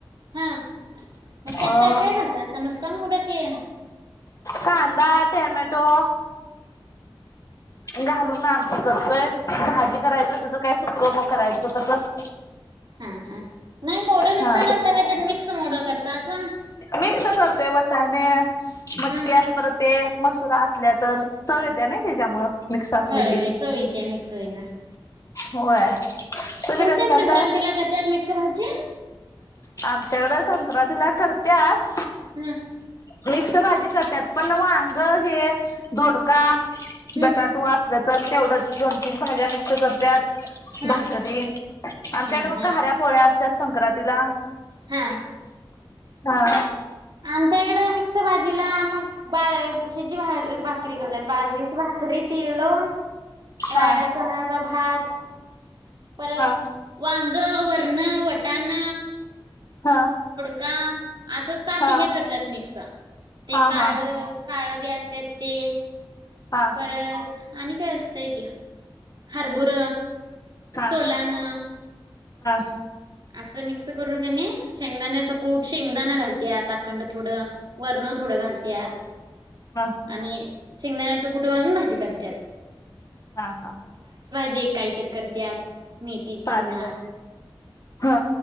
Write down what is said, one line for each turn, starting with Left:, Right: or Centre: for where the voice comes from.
Right: <unintelligible> मग त्यात
Left: अ
Right: काय काय घालतासा, नुसता मोड की,
Left: कांदा, टेमँटो घालून ना आमटी करतोय, भाजी <unintelligible> सुक्क मुग करायचं. तसंच
Right: ह ह नाही मोड नुसता
Left: हा
Right: घालता काय? मिक्स मोड करतासा
Left: मिक्स करतोय बटाणे मटके
Right: हा
Left: असं परत ते मसुरा असल्या तर चव येत्या, ना त्याच्यामुळं मिक्स असं,
Right: होय
Left: की
Right: होय चव येत्या मिक्स होईना
Left: होय तुम्ही
Right: तुमच्यात
Left: कसं करतात?
Right: संक्रांतीला करत्यात मिक्स भाजी
Left: आमच्याकडे सांग <unintelligible> त्यात
Right: हम
Left: मिक्स भाजी करत्यात पण वांग हे दोडका,
Right: हम्म
Left: बटाटो असलं, तर तेवढंच दोन तीन भाज्या मिक्स करत्यात.
Right: हम्म
Left: भाकरी आमच्याकडे
Right: हा
Left: मग
Right: हा
Left: घाऱ्या पोळ्या असत्यात. संक्रांती ला
Right: हा
Left: हा
Right: आमच्या इकडं मिक्स भाजी तिला, मग बाजरीची भाकरी करत्यात बाजरीची भाकरी तिळ लावून
Left: हा
Right: राळ्याच्या तांदळाचा भात परत
Left: हा
Right: वांग वरण, वटाण
Left: हा
Right: का असं सात
Left: हा
Right: हे करत्यात, मिक्स ते
Left: हा
Right: काळ
Left: हा
Right: काळ बी अस ते ते
Left: हा हा
Right: परत आणि काय? असतंय कि हरबुर
Left: हा
Right: सोलान
Left: हा
Right: असं मिक्स करून कनी शेंगदाण्याचं कूड शेंगदाणा घालते आ आाखंड थोडं. वर्ण थोडं घालतेत
Left: हा
Right: आणि शेंगदाण्याच कुठे घलून भाजी करतात.
Left: हा हा.
Right: जे काहीत करतत. मेथीची
Left: पालेभाजी
Right: म्हणा.
Left: हा